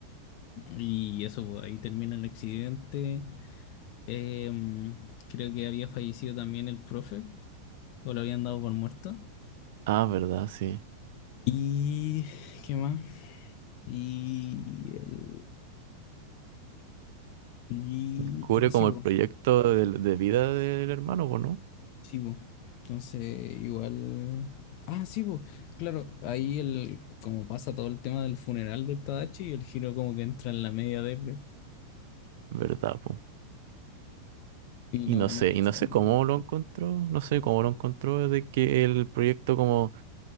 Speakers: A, on the left; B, on the right.
A: Y eso, pues, ahí termina el accidente. Em, creo que había fallecido también el profe. ¿O lo habían dado por muerto?
B: Ah, verdad, sí.
A: Y... ¿Qué más? Y... El, y...
B: Cubre
A: Ah, sí,
B: como
A: po,
B: el proyecto de, de vida del hermano, pues, ¿no?
A: sí, po. Entonces, igual... Ah, sí, po, Claro, ahí el, como pasa todo el tema del funeral del Tadachi y el giro como que entra en la media depre
B: ¿Verdad, pues?
A: y
B: Y
A: no,
B: no sé,
A: no quiere
B: y no
A: saber
B: sé
A: nada.
B: cómo lo encontró, no sé cómo lo encontró de que el proyecto como